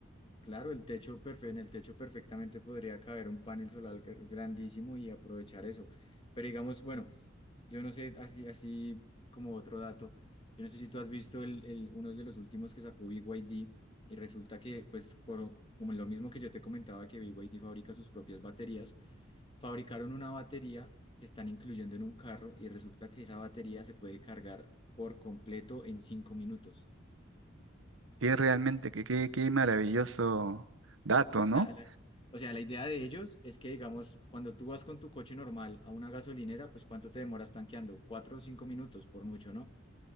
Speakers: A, on the left (about 25°); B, on the right (about 75°).
A: Claro, el techo perfe- en el techo perfectamente podría caber un panel solar gr- grandísimo y aprovechar eso. Pero digamos, bueno, yo no sé, así, así como otro dato, yo no sé si tú has visto el, el- uno de los últimos que sacó BYD y D y resulta que, pues, por, como lo mismo que yo te comentaba que BYD fabrica sus propias baterías, fabricaron una batería que están incluyendo en un carro y resulta que esa batería se puede cargar por completo en cinco minutos.
B: Que realmente, que, que- qué maravilloso dato, ¿no?
A: O sea, la, o sea, la idea de ellos es que, digamos, cuando tú vas con tu coche normal a una gasolinera, pues ¿cuánto te demoras tanqueando? Cuatro o cinco minutos, por mucho, ¿no?